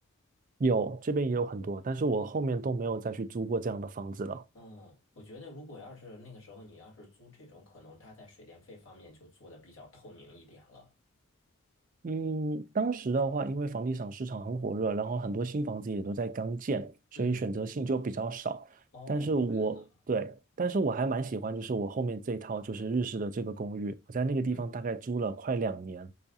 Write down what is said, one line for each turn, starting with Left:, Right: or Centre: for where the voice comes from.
Right: 有，这边也有很多，但是我后面都没有再去租过这样的房子了。
Left: 嗯，我觉得如果要是那个时候你要是租这种，可能它在水电费方面就做的比较透明一点了。
Right: 嗯，当时的话，因为房地产市场很火热，然后很多新房子也都在刚建，所以选择性就比较少。
Left: 嗯，哦，
Right: 但是我，
Left: 明白了
Right: 对，但是我还蛮喜欢，就是我后面这一套就是日式的这个公寓，我在那个地方大概租了快两年，
Left: 嗯，